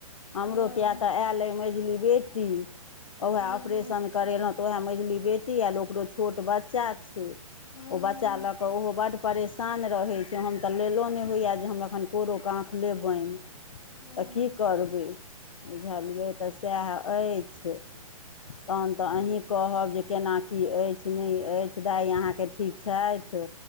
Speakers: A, on the left; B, on the left.
A: हमरो
B: हँ
A: किए तऽ आयल अइ मझली बेटी उएह
B: हूँ
A: ऑपरेशन करेलहुँ त उएह मझली बेटी आयल ओकरो छोट बच्चा छैय।
B: हूँ
A: ओ बच्चा लक ओहो बड़ परेशान रहैत छैय हम तऽ लेलो नहि होइय जे हम एखन कोरो काख लेबाइन
B: हूँ
A: तऽ कि करबै बुझलियै तऽ सएह अछि तहन
B: हूँ
A: तऽ अही कहब जे केना की अछि नहि अछि दाइ अहाँकेँ ठीक छथि।